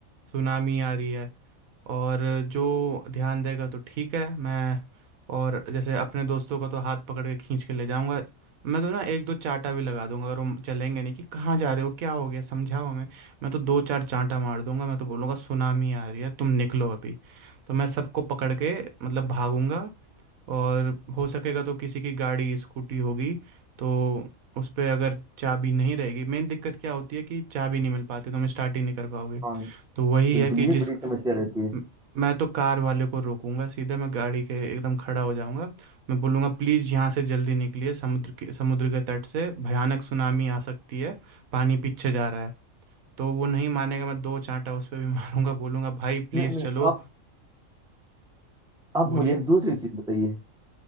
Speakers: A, on the right; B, in the centre.
A: सुनामी आ रही है और जो ध्यान देगा तो ठीक है मैं और जैसे अपने दोस्तों का तो हाथ पकड़ के खींच के ले जाऊंगा मैं तो ना एक दो चांटा भी लगा दूंगा अगर वो चलेंगे नहीं कि कहाँ जा रहे हो क्या हो गया समझाओ हमें मैं तो दो चार चांटा मार दूंगा मैं तो बोलूंगा सुनामी आ रही है तुम निकलो अभी तो मैं सबको पकड़ के मतलब भागूंगा और हो सकेगा तो किसी की गाड़ी स्कूटी होगी तो उस पर अगर चाबी नहीं रहेगी मेन दिक्कत क्या होती है कि चाबी नहीं मिल पाती तो हम स्टार्ट ही नहीं कर पाओगे
B: हाँ
A: तो वही
B: बिल्कुल
A: है कि
B: ये
A: जिस
B: बड़ी समस्या वैसे रहती है
A: म- मैं तो कार वाले को रोकूंगा सीधे मैं गाड़ी के एकदम खड़ा हो जाऊंगा मैं बोलूंगा प्लीज़ यहाँ से जल्दी निकलिए समुद्र के समुद्र के तट से भयानक सुनामी आ सकती है पानी पीछे जा रहा है तो वो नहीं मानेगा मैं दो चांटा उस पर भी <laughs> मारूंगा बोलूंगा भाई प्लीज़
B: नहीं नहीं
A: चलो
B: आप आप
A: बोलिए
B: मुझे एक दूसरी चीज बताइए